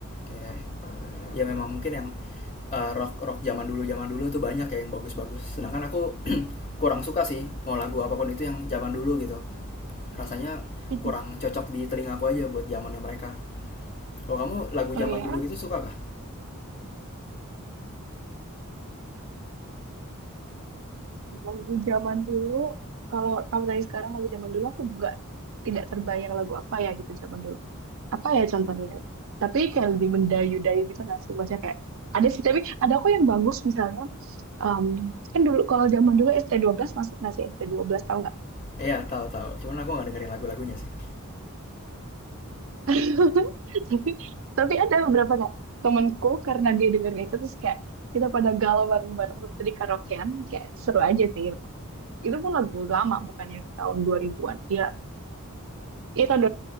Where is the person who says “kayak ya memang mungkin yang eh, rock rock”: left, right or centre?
Left